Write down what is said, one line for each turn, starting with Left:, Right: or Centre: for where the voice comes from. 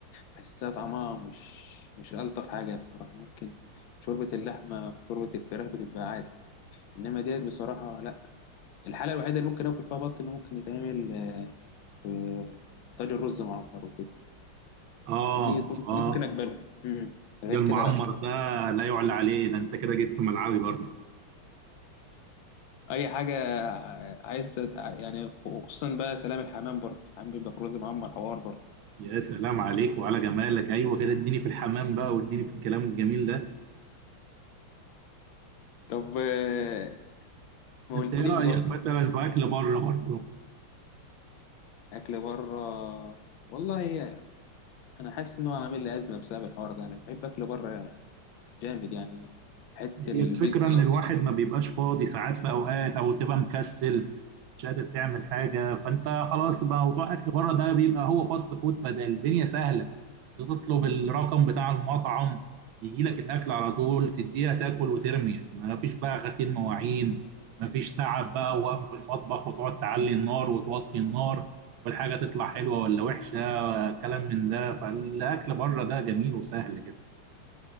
Left: بحسها طعمها مش مش ألطف حاجة بصراحة ممكن شوربة اللحمة في شوربة الفراخ بتبقى عادي إنما ديت بصراحة لأ الحالة الوحيدة اللي ممكن آكل فيها بط إنه ممكن يتعمل آه، في طاجن رز معمر وكده
Right: اه
Left: ديت ممكن
Right: اه
Left: ممكن أقبلها مم. غير
Right: ده المعمر
Left: كده لأ
Right: ده لا يعلى عليه ده انت كده جيت في ملعبي برضه
Left: أي حاجة آه، عايز تت- يعني وخصوصا بقى سلام الحمام برضه الحمام بيبقى في رز معمر حوار برضه
Right: يا سلام عليك وعلى جمالك ايوه كده اديني في الحمام بقى واديني في الكلام الجميل ده
Left: طب آه، ما
Right: انت
Left: قلتليش
Right: ايه رايك
Left: برضه
Right: مثلا في اكل بره برضه
Left: أكل بره والله أنا حاسس إنه عامل لي أزمة بسبب الحوار ده أنا بحب أكل بره جامد يعني حتة
Right: هي
Left: البيتزا
Right: الفكرة إن الواحد ما بيبقاش فاضي ساعات في أوقات أو تبقى مكسل مش قادر تعمل حاجة فأنت خلاص بقى موضوع أكل بره ده بيبقى هو فاست فود فده الدنيا سهلة تطلب الرقم بتاع المطعم يجي لك الأكل على طول تديها تاكل وترمي ما فيش بقى غسيل مواعين ما فيش تعب بقى وقف في المطبخ وتقعد تعلي النار وتوطي النار والحاجة تطلع حلوة ولا وحشة كلام من ده فالأكل بره ده جميل وسهل كده